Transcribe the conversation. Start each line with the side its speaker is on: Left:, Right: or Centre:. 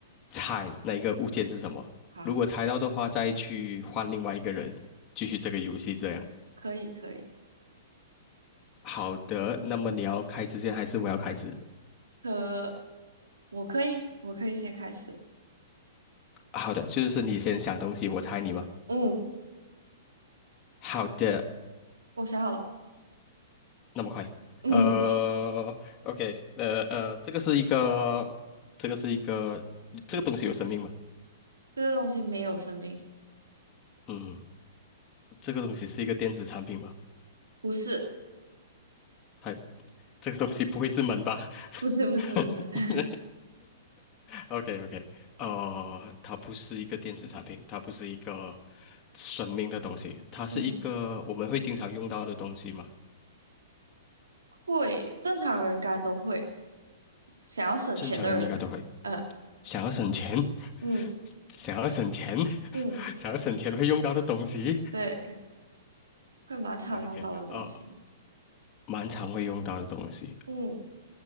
Left: 猜那一个物件是什么。
Right: 好，
Left: 如果猜到的话，再去换另外一个人。继续这个游戏这样。
Right: 可以可以。
Left: 好的，那么你要开之前还是我要开始？
Right: 可我可以，我可以先开始。
Left: 好的，就是你先想东西，我猜你嘛。
Right: 嗯，
Left: 好的，
Right: 我想好了。
Left: 那么快。
Right: 嗯，
Left: 呃，OK，呃呃，这个是一个，这个是一个，这个东西有生命吗？
Right: 这个东西没有生命，
Left: 嗯，这个东西是一个电子产品吗？
Right: 不是，
Left: 还。这个东西不会是门吧
Right: 不是，不是，
Left: <laughs>
Right: 不是。<laughs>
Left: ？OK OK，呃，它不是一个电子产品，它不是一个生命的东西，它是一个我们会经常用到的东西嘛？
Right: 嗯，会，正常人应该都会。想要省钱的人，
Left: 正常人应该都会。
Right: 嗯
Left: 想要省钱，
Right: 嗯
Left: <laughs> 想要省钱，
Right: 嗯，
Left: <laughs> 想要省钱会用到的东西，
Right: 对，会蛮常用到的东西。
Left: 我的天，呃，蛮常会用到的东西。
Right: 嗯